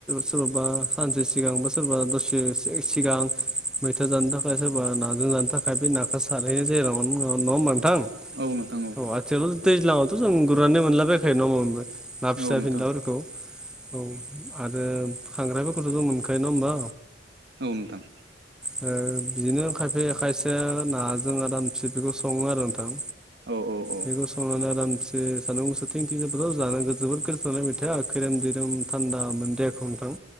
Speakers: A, in the centre; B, on the right.
A: सोरबाबा सानसे सिगां बा सोरबा दसे सिगां मैथा जानो थाखाय सोरबा नाजों जानो थाखाय बे नाखौ सारहैनाय जायो नङा होनबा नोंथां
B: औ नोंथां औ
A: औ आथिखालथ' दैज्लाङावथ' जों गुरनानै मोनलाबायखायो नं हमबा ना फिसा
B: औ नोंथां
A: फिनलाफोरखौ औ आरो खांग्रायफोरखौथ'जों मोनखायो ना होनबा
B: औ नोंथां
A: औ बिदिनो खायफाया खायसे नाजों आरामसे बेखौ सङो आरो नोंथां
B: औ-औ-औ
A: बेखौ संनानै आरामसे एसे सानदुं गोसा थिंथिं जाबाथाय जानांगौ जोबोद गोथावनालाय मैथाया खैरोम दैैरोम थान्दा मोनो देहाखौ नोंथां